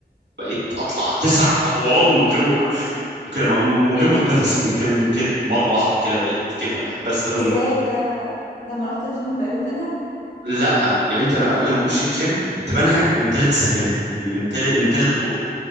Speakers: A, on the right; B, on the left.
A: بقيت اطلع تسع ادوار من غير ما اقول كده من غير ما اخد نفسي يمكن كده مره واحده كده بقيت كده بحب استخدم
B: ازاي
A: الك-
B: ده لما رحت الجيم بقيت بتنهج
A: لا يا بنتي انا قبل ما اخش الجيم كنت بنهج من تالت سلم من تالت من تالت دور